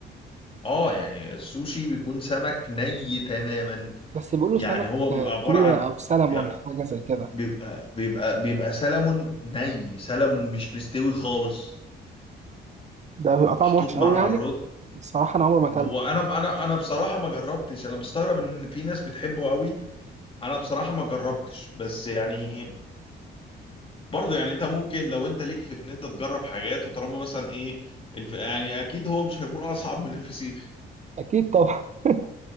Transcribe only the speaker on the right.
بس بيقولوا
سمك
آه،
تونة
أو سلمون
حاجة زي كده
ده بيبقى
طعمه وحش أوي
يعني
الصراحة أنا عمري ما أكلته
أكيد طبعا <laughs>